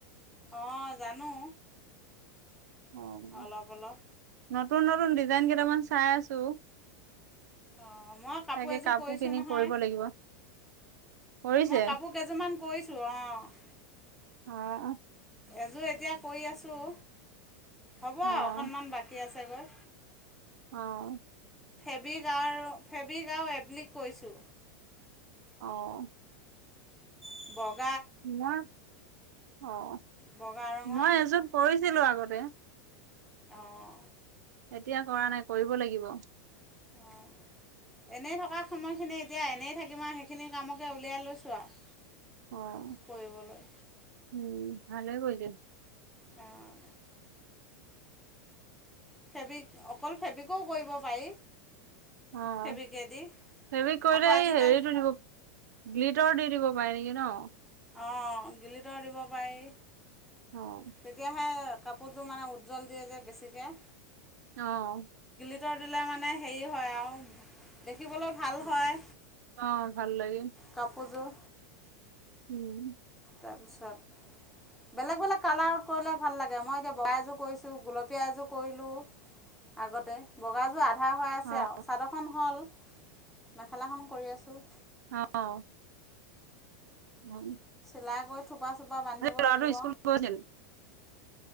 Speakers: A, in the centre; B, on the right (about 80°).
A: অ' জানো।
B: অ' নত
A: অলপ অলপ
B: নতুন-নতুন ডিজাইন কেইটামান চাই আছো।
A: অ মই কাপোৰ
B: তাকে
A: এযোৰ বৈয়নহয়,
B: খিনি কৰিব লাগিব। কৰিছে?
A: মই কাপোৰ বইযোৰমান কৰিছো অ'।
B: অ',
A: এযোৰ এতিয়া কৰি আছো। হ'ব
B: অ',
A: অকণমান বাকী আছে। চাগৈ
B: অহ
A: ফেব্ৰিকৰ ফ্ৰেবিক আৰু এবলিক কৰিছোঁ
B: অহ'।
A: টিবক -
B: নোৱা অ'
A: বগা ৰঙৰ
B: মই এযোৰ কৰিছো। ছিলো আগতে।
A: অহ
B: এতিয়া কৰা নাই কৰিব লাগিব।
A: অ' এনেই থকা সময়খিনি এতিয়া এনেই থাকিম আৰু সেইখিনি কামকে উলিয়াই লৈছো আৰু
B: অহ'
A: কৰিবলৈ
B: উম। ভালে কৰিলি।
A: উম ফেব্ৰিক অকল ফেব্ৰিকোও কৰিব পাৰি।
B: অ'
A: ফেব্ৰিকেদি
B: ফ্ৰেবিক কৰিলে
A: আকৌ আজিকালি
B: এই হেৰিটো দিব গ্লিটাৰ দি দিব। নোৱাৰে নেকি ন
A: অ গিলতৰ দিব পাৰি।
B: অ',
A: তেতিয়াহে। কাপোৰযোৰ মানে উজ্জ্বল দিয়ে যে বেছিকে
B: অহ।
A: গিল্টাৰ দিলে মানে হেৰি হয় আৰু দেখিবলৈ ভাল হয়।
B: অ' ভাল লাগে।
A: কাপোৰযোৰ
B: উম।
A: তাৰপিছত বেলেগ-বেলেগ কালাৰত কৰিলে তাৰপিছত বেলেগ বেলেগ কালাৰ কৰিলে ভাল। মই এতিয়া বগা এযোৰ কৰিছো, গুলপীয়া এযোৰ কৰিলো, আগতে বগা এযোৰ আধা হৈ আছে
B: অ',
A: আৰু চাদৰখন হ'ল। মেখেলাখন কৰি আছোঁ।
B: অহ। উম।
A: চিলাই কৰি থোপা-চোপা বান্ধিব
B: ল'ৰাটো
A: লাগিব।
B: স্কুল গৈছিল?